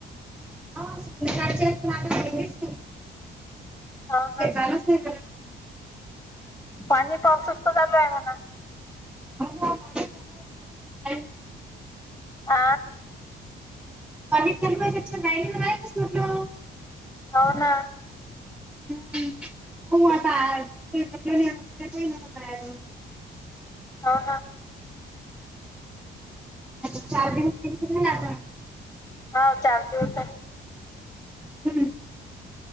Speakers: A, in the centre; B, on the left (about 15°).
A: <inaudible> <inaudible>
B: हो ना
A: हे झालंच नाही का?
B: पाणी पावसच तर चालू आहे म्हण
A: ह <inaudible> <inaudible>
B: आ
A: <inaudible>
B: हो ना
A: ह् हो आता आज <inaudible> <inaudible>
B: हो ना
A: चार दिवस <inaudible> आता
B: हा चार दिवस झाले
A: हम्म